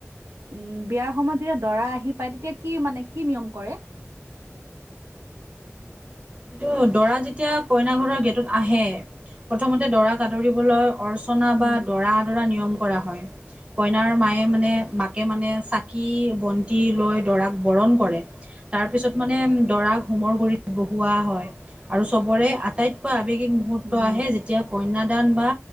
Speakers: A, on the right; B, on the right.
A: উম, বিয়াৰ সময়ত যেতিয়া দৰা আহি পায়, তেতিয়া কি মানে, কি নিয়ম কৰে?
B: এইটো, দৰা যেতিয়া কইনা ঘৰৰ গেটত আহে, প্ৰথমতে দৰাক আদৰিবলৈ অৰ্ছ অৰ্চনা
A: উম
B: বা দৰা আদৰা নিয়ম কৰা হয়। কইনাৰ মায়ে মানে মাকে মানে চাকি বন্তি লৈ দৰাক বৰণ কৰে। তাৰ পিছত মানে দৰাক হোমৰ গুৰিত কোৱা হয়।
A: অ
B: আৰু চবৰে আটাইতকৈ আবেগিক মূহুৰ্ত
A: উম
B: আহে যেতিয়া, কন্যাদান বা